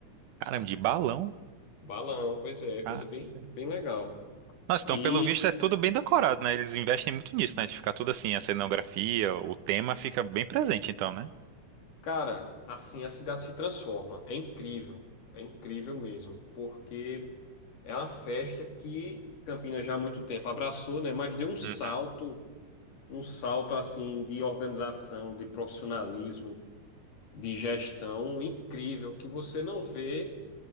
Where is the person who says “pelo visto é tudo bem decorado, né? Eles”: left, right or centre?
Right